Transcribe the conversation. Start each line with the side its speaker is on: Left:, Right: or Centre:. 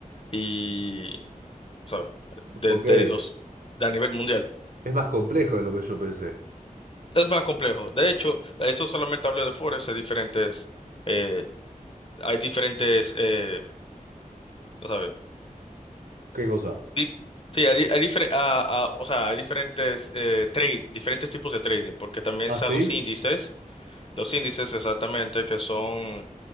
Left: y, ¿sabes? De,
Right: ok.
Left: de los, de a nivel mundial.
Right: Es más complejo de lo que yo pensé.
Left: Es más complejo. De hecho, eso solamente hablo de Forex, hay diferentes, eh, hay diferentes, eh, ¿sabes?
Right: ¿Qué cosa?
Left: Dif- sí, hay, di- hay difer- ah, ah, o sea, hay diferentes eh, trade, diferentes tipos de trading, porque también
Right: ¿Ah,
Left: están
Right: sí?
Left: los índices, los índices exactamente que son,